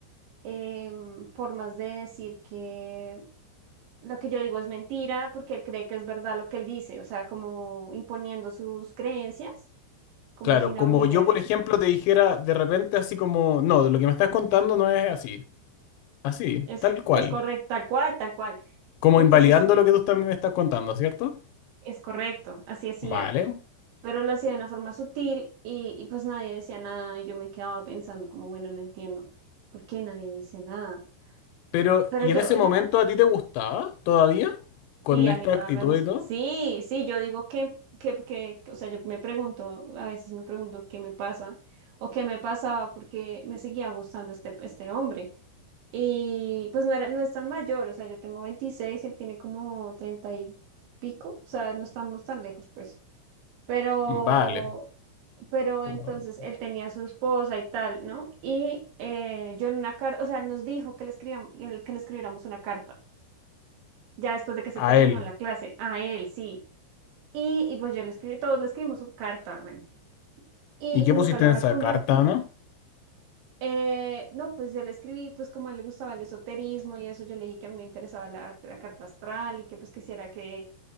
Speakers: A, on the right (about 75°); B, on the left (about 80°).
A: em, formas de decir que lo que yo digo es mentira porque él cree que es verdad lo que él dice, o sea, como imponiendo sus creencias, como
B: Claro,
A: sin
B: como
A: abrir
B: yo,
A: el,
B: por ejemplo, te dijera de repente así como, no, lo que me estás contando no es así, así,
A: es,
B: tal cual,
A: es correcto, tal cual, tal cual.
B: como
A: Y entonces
B: invalidando lo que tú también me estás contando, ¿cierto?
A: es correcto, así hacía.
B: Vale.
A: pero lo hacía de una forma sutil y, y pues nadie decía nada y yo me quedaba pensando como, bueno, no entiendo por qué nadie dice nada.
B: Pero,
A: Pero
B: ¿y
A: yo,
B: en ese
A: yo,
B: momento a ti te gustaba todavía? Con
A: sí, a
B: esta
A: mí todavía
B: actitud
A: me gusta,
B: y todo.
A: sí, sí, yo digo que, que, que, o sea, yo me pregunto, a veces me pregunto qué me pasa o qué me pasaba porque me seguía gustando este, este hombre. Y pues no era, no es tan mayor, o sea, yo tengo 26 y él tiene como 30 y pico, o sea, no estamos tan lejos, pues. Pero
B: Vale,
A: pero
B: como
A: entonces él tenía a su esposa y tal, ¿no? Y eh, yo en una carta, o sea, él nos dijo que le escribíamos, que le escribiéramos una carta, ya después de que se
B: a
A: terminó
B: él.
A: la clase, a él, sí. Y, y pues yo le escribí, todos le escribimos su carta, bueno, y
B: ¿Y qué
A: nunca
B: pusiste
A: la
B: en
A: respondió.
B: esa carta, no?
A: Eh, no, pues yo le escribí, pues como a él le gustaba el esoterismo y eso, yo le dije que a mí me interesaba la, la carta astral y que pues quisiera que,